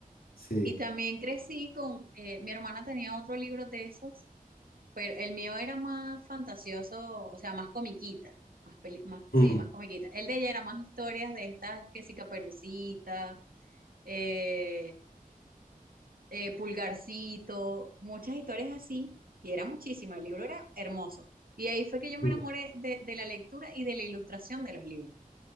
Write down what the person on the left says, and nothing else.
Sí.
Mm,
mm.